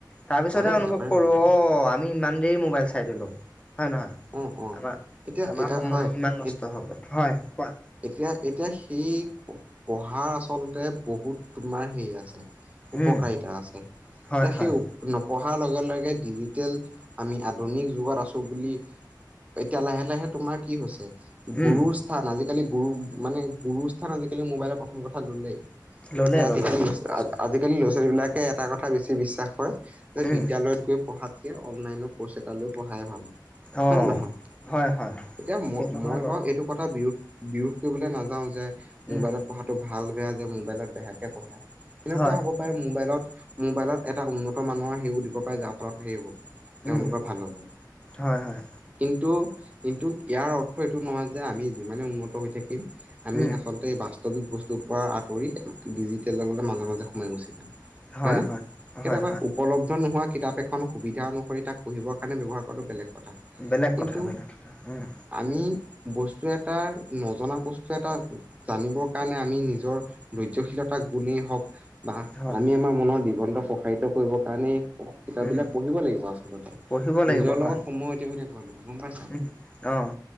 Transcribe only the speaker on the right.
পাৰে হৈ
যায় পাৰে
হৈ যায়
অ অ
এতিয়া
এ
হয়
এ
এতিয়া এতিয়া সেই পঢ়াৰ আচলতে বহুত তোমাৰ হেৰি আছে উপকাৰিতা
আছে।
ত' সেই
ন অহাৰ লগে লগে ডিজিটেল আমি আধুনিক যুগত আছোঁ বুলি এতিয়া লাহে লাহে তোমাৰ কি হৈছে গুৰুৰ
স্থান আজি আজিকালি গুৰু মানে গুৰুৰ স্থান আজিকালি মোবাইলত প্ৰথম কথা ললেই।
যে আজিকালি
আজিকালি ল বিলাকে এটা কথা বেছি বিশ্বাস কৰে যে
বিদ্যালয়ত গৈ পঢ়াতকে অনলাইনত কৰ্চ এটা লৈ পঢ়াই ভাল।
হয় নে নহয়?
এতিয়া মই
মই
বাৰু এইটো কথা বিৰোধ বিৰোধ কৰিবলৈ নাযাওঁ যে মোবাইলত
পঢ়াটো ভাল বেয়া যে মোবাইলত বেয়াকে পঢ়ায় এনেকুৱা
হ'ব পাৰে মোবাইলত, মোবাইলত এটা উন্নত মানৰ সেও দিব পাৰে যাৰ ফলত সেইবোৰ তেওঁলোকৰ
ভাল হ'ব।
কিন্তু কিন্তু ইয়াৰ অৰ্থ এইটো নহয় যে আমি যিমানে উন্নত হৈ থাকিম আমি
আচলতে এই বা বাস্তৱিক বস্তুৰ পৰা আঁতৰি ডিজিটেললে মাজে মাজে সোমাই গৈছিলে।
হয়নে?
কেতিয়াবা
উপলব্ধ নোহোৱা কিতাপ এখন সুবিধা অনুসৰি তাক পঢ়িবৰ কাৰণে ব্যৱহাৰ কৰাটো বেলেগ কথা।
কিন্তু
আমি বস্তু এটাৰ নজনা বস্তু এটা জানিবৰ কাৰণে আমি নিজৰ ধৈৰ্যশীলতাক গুণেই হওঁক বা
আমি আমাৰ মনৰ দিগন্ত প্ৰসাৰিত কৰিবৰ কাৰণে কিতাপবিলাক
পঢ়িব লাগিব আচলতে।
নিজৰ লগত
সময় অতিবাহিত গম পাইছা